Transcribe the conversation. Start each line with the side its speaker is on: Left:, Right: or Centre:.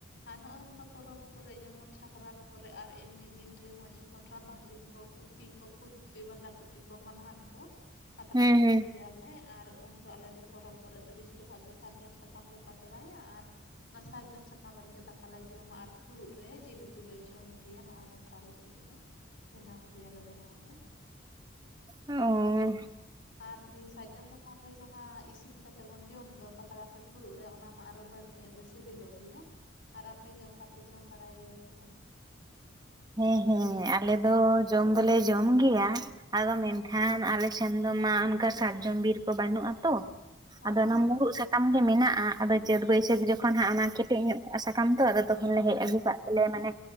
Left: ᱟᱨ ᱦᱚᱸᱜᱼᱚ ᱱᱚᱝᱠᱟ ᱯᱚᱨᱚᱵᱽ ᱠᱚᱨᱮ ᱡᱮᱢᱚᱱ ᱥᱟᱠᱨᱟᱛ ᱠᱚᱨᱮ ᱟᱨ ᱮᱢᱱᱤ ᱫᱤᱱ ᱨᱮᱦᱚᱸ ᱡᱚᱠᱷᱚᱱ ᱨᱟᱵᱟᱝ ᱫᱤᱱ ᱠᱚ ᱠᱚᱯᱤ ᱠᱚ ᱯᱷᱩᱞ ᱠᱚᱯᱤ ᱵᱟᱸᱫᱟ ᱠᱚᱯᱤ ᱠᱚ ᱢᱟᱞᱦᱟᱱ ᱠᱚ ᱯᱟᱛᱲᱟ
Right: ᱦᱮᱸ
Left: ᱯᱤᱴᱷᱟᱹᱭ
Right: ᱦᱮᱸ
Left: ᱜᱮᱭᱟ ᱮ ᱟᱨ ᱩᱱᱫᱚ ᱟᱞᱮᱫᱚ ᱯᱚᱨᱚᱵᱽ ᱠᱚᱨᱮ ᱫᱚ ᱵᱮᱥᱤᱨ ᱜᱮ ᱥᱟᱨᱡᱚᱢ ᱥᱟᱠᱟᱢ ᱞᱮ ᱯᱟᱛᱲᱟᱭᱟ ᱟᱨ ᱚᱱᱟ ᱥᱟᱨᱡᱚᱢ ᱥᱟᱠᱟᱢ ᱨᱮᱜᱮ ᱫᱟᱠᱟᱞᱮ ᱡᱚᱢᱟ ᱟᱨ ᱯᱷᱩᱲᱩᱜ ᱨᱮ ᱡᱤᱞ ᱩᱛᱩ ᱞᱮ ᱡᱚᱢ ᱜᱮᱭᱟ ᱱᱚᱜᱼᱚ ᱱᱚᱝᱠᱟ ᱟᱞ ᱥᱮᱫ ᱫᱚ᱾ ᱵᱮᱱᱟᱣ ᱜᱮᱭᱟᱞᱮ ᱵᱮᱱᱟᱣ ᱫᱚ
Right: ᱚᱸᱻ
Left: ᱟᱨ ᱫᱤ ᱥᱟᱨᱡᱚᱢ ᱥᱟᱠᱟᱢ ᱚᱱᱮ ᱡᱟᱦᱟᱸ ᱤᱥᱤᱱ ᱠᱟᱛᱮᱮᱫ ᱵᱚᱱ ᱡᱚᱢ ᱫᱚ ᱯᱟᱛᱲᱟ ᱥᱮ ᱯᱷᱩᱲᱩᱜ ᱨᱮ ᱚᱱᱟ ᱢᱟ ᱟᱨᱚ ᱵᱟᱹᱲᱛᱤ ᱧᱚᱜ ᱜᱮ ᱥᱤᱵᱤᱞᱚᱜ ᱜᱮᱭᱟ ᱟᱨ ᱟᱯᱮᱜ ᱜᱮ ᱚᱱᱠᱟᱯᱮ ᱡᱚᱢ ᱵᱟᱲᱟᱭ ᱜᱮᱭᱟ ᱥᱮ ᱵᱟᱝ
Right: ᱦᱮᱸ ᱦᱮᱸᱟᱞᱮ ᱫᱚ ᱡᱚᱢ ᱫᱚᱞᱮ ᱡᱚᱢ ᱜᱮᱭᱟ᱾ ᱟᱫᱚ ᱢᱮᱱᱠᱷᱟᱱ
Left: ᱦᱮᱸ
Right: ᱟᱞᱮ ᱴᱷᱮᱱ ᱫᱚ ᱢᱟ ᱚᱱᱠᱟ ᱥᱟᱨᱡᱚᱢ ᱵᱤᱨ ᱠᱚ ᱵᱟᱹᱱᱩᱜᱼᱟ ᱛᱳ᱾
Left: ᱦᱳᱭ
Right: ᱟᱫᱚ ᱚᱱᱟ
Left: ᱦᱳᱭ
Right: ᱢᱩᱨᱩᱜ ᱥᱟᱠ ᱠᱟᱢ ᱜᱮ ᱢᱮᱱᱟᱜᱼᱟ, ᱟᱫᱚ ᱪᱟᱹᱛ ᱵᱟᱹᱭᱥᱟᱹᱠᱷ ᱡᱚᱠᱷᱚᱱ ᱦᱟᱸᱜ ᱚᱱᱟ ᱠᱮᱴᱮᱡ ᱧᱚᱜ ᱠᱚᱜ-ᱟ ᱥᱟᱠᱟᱢ ᱛᱚ ᱟᱫᱚ ᱛᱚᱠᱷ ᱞᱮ ᱦᱮᱡ
Left: ᱦᱮᱸ
Right: ᱟᱹᱜᱩ ᱠᱟᱜ ᱛᱮᱞᱮ ᱢᱟᱱᱮ